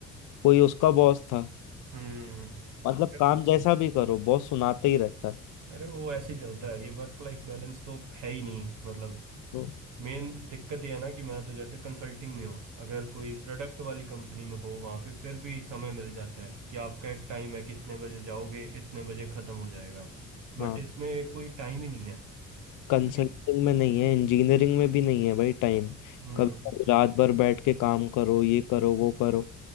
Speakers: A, on the left (about 85°); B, on the right (about 85°).
A: कोई उसका बॉस था
B: हम्म
A: मतलब
B: हम्म।
A: काम जैसा भी करो बॉस सुनाते ही रहता है
B: अरे वो ऐसे चलता है ये वर्क लाइफ बैलेंस तो है ही नहीं मतलब
A: तो
B: मेन दिक्कत ये है ना कि मैं तो जैसे कंसल्टिंग में हूँ अगर कोई प्रोडक्ट वाली कंपनी में हो वहाँ पे फिर भी समय मिल जाता है कि आपका एक टाइम है कि इतने बजे जाओगे इतने बजे ख़त्म हो जाएगा बट
A: हाँ
B: इसमें कोई टाइम ही नहीं है
A: कंसल्टिंग
B: क्योंकि
A: में नहीं है इंजीनियरिंग में भी नहीं है भाई टाइम
B: हम्म
A: कभी कभी रात भर बैठ के काम करो ये करो वो करो